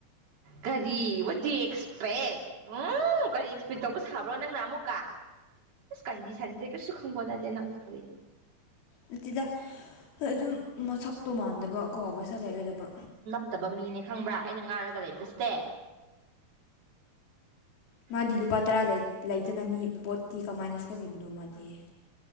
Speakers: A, on the right; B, on the left.
A: ꯀꯔꯤꯗꯤ <inaudible> ꯑꯦꯛꯁꯄꯦꯛ ꯎꯝ ꯀꯔꯤ ꯑꯦꯛꯁꯄꯦꯛ ꯇꯧꯕ ꯁꯥꯕ꯭ꯔꯣ ꯅꯪꯅ ꯑꯃꯨꯛꯀ ꯢꯁ ꯀꯟꯗꯤ ꯁꯟꯖꯦ ꯀꯔꯤꯁꯨ ꯈꯪꯕ ꯅꯠꯇꯦ ꯅꯪ ꯀꯔꯤ
B: ꯅꯠꯇꯦꯗ ꯍꯣꯏ ꯑꯗꯨꯝ ꯃꯁꯛꯇꯣ ꯃꯥꯟꯗꯕ ꯀꯣ ꯕꯩꯁꯥ ꯂꯩꯔꯣꯏꯗꯕ
A: ꯐꯠꯇꯕ ꯃꯤꯅꯦ ꯈꯪꯕ꯭ꯔꯥ ꯑꯩꯅ ꯉꯥꯡꯔꯒ ꯂꯩꯕꯁꯦ
B: ꯃꯥꯗꯤ ꯂꯨꯄꯥ ꯇꯔꯥ ꯂꯩꯇꯅ ꯃꯤ ꯄꯣꯠꯇꯤ ꯀꯃꯥꯏꯅ ꯁꯣꯜꯂꯤꯕꯅꯣ ꯃꯥꯗꯤ